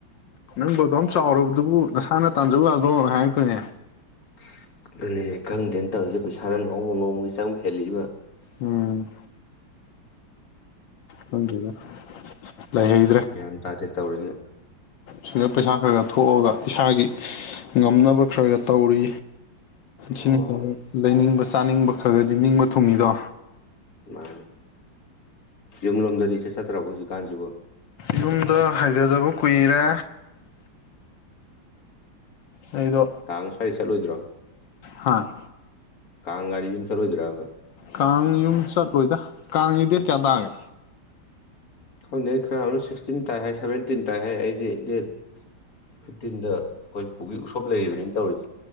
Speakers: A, on the left (about 70°); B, on the left (about 45°).
A: ꯅꯪꯕꯨꯣꯗꯣꯝ ꯆꯥꯎꯔꯕꯗꯨꯕꯨ ꯅꯁꯥꯅ ꯇꯥꯟꯖꯕ ꯌꯥꯗ꯭ꯔꯣ ꯍꯥꯏꯔꯛꯇꯣꯏꯅꯦ
B: ꯑ ꯑꯗꯨꯅꯦ ꯈꯪꯗꯦꯅ ꯇꯧꯔꯤꯁꯦ ꯄꯩꯁꯥꯅ ꯅꯣꯡꯃ ꯅꯣꯡꯃꯒꯤ ꯆꯪꯕ ꯍꯦꯂꯛꯏꯕ
A: ꯎꯝ ꯈꯪꯗꯦꯗ ꯂꯩꯍꯩꯗ꯭ꯔꯦ
B: ꯒ꯭ꯌꯥꯟ ꯇꯥꯗꯦ ꯇꯧꯔꯤꯁꯦ
A: ꯁꯤꯗ ꯄꯩꯁꯥ ꯈꯔꯒ ꯊꯣꯛꯑꯒ ꯏꯁꯥꯒꯤ ꯉꯝꯅꯕ ꯈꯔꯒ ꯇꯧꯔꯤ ꯁꯤꯅꯤ
B: ꯑꯣ
A: ꯈ ꯂꯩꯅꯤꯡꯕ ꯆꯥꯅꯤꯡꯕ ꯈꯔꯒꯗꯤ ꯅꯤꯡꯕ ꯊꯨꯡꯉꯗꯣ
B: ꯃꯥꯅꯦ ꯌꯨꯝ ꯂꯣꯝꯗꯗꯤ ꯏꯆꯠ ꯆꯠꯇ꯭ꯔꯕ ꯍꯧꯖꯤꯛꯀꯥꯟꯁꯤꯕꯨ
A: ꯌꯨꯝꯗ ꯍꯩꯊꯗꯕ ꯀꯨꯏꯔꯦ ꯑꯩꯗꯣ
B: ꯀꯥꯡ ꯁ꯭ꯋꯥꯏꯗ ꯆꯠꯂꯣꯏꯗ꯭ꯔꯣ
A: ꯍꯥ
B: ꯀꯥꯡꯒꯥꯖꯤ ꯌꯨꯝ ꯆꯠꯂꯣꯏꯗ꯭ꯔꯥꯕ
A: ꯀꯥꯡ ꯌꯨꯝ ꯆꯠꯂꯣꯏꯗ ꯀꯥꯡꯁꯤ ꯗꯦꯠ ꯀꯌꯥ ꯇꯥꯒꯦ
B: ꯈꯪꯅ ꯈꯔ ꯑꯃꯨꯛ ꯁꯤꯛꯁꯇꯤꯟ ꯇꯥꯏ ꯍꯥꯏ ꯁꯚꯦꯟꯇꯤꯟ ꯇꯥꯏ ꯍꯥꯏ ꯑꯩꯗꯤ ꯗꯦꯠ ꯐꯤꯐꯇꯤꯟꯗ ꯑꯩꯈꯣꯏ ꯄꯨꯒꯤ ꯎꯁꯣꯞ ꯂꯩꯔꯤꯕꯅꯤꯅ ꯇꯧꯔꯤꯁꯤ